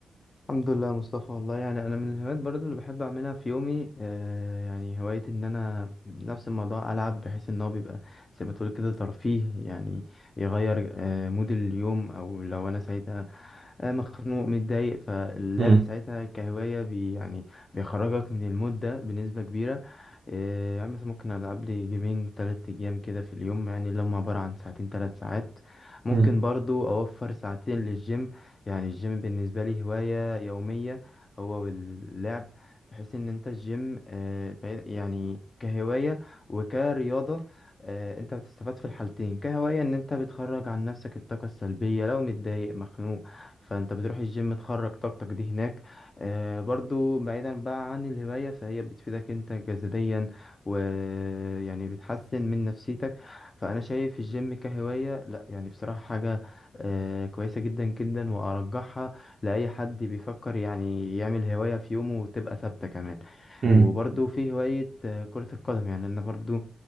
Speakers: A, on the left; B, on the right.
A: الحمد لله يا مصطفى والله يعني انا من الهوايات برضو اللي بحب اعملها في يومي آه يعني هواية ان انا نفس الموضوع العب بحيث ان هو بيبقى زي ما تقول كده ترفيه يعني يغير آه مود اليوم او لو انا سعيد آه، مخنوق متضايق فاللعب
B: مم.
A: ساعتها كهواية بي يعني بيخرجك من المود ده بنسبة كبيرة آه، يعني مثلا ممكن ألعب لي جيمين تلات أيام كده في اليوم يعني اللي هم عبارة عن ساعتين تلات ساعات ممكن
B: مم.
A: برضو أوفر ساعتين للجيم يعني الجيم بالنسبة لي هواية يومية هو واللعب بحيث إن أنت الجيم آه، بعيد- يعني كهواية وكرياضة آه، انت بتستفاد في الحالتين كهواية ان انت بتخرج عن نفسك الطاقة السلبية لو متضايق مخنوق فانت بتروح الجيم تخرج طاقتك دي هناك آه برضو بعيدا بقى عن الهواية فهي بتفيدك انت جسديا ويعني بتحسن من نفسيتك فانا شايف الجيم كهواية لا يعني بصراحة حاجة آه كويسة جدا جدا وارجحها لاي حد بيفكر يعني يعمل هواية في يومه وتبقى ثابتة كمان
B: مم.
A: وبرضو في هواية آه، كرة القدم يعني انا برضو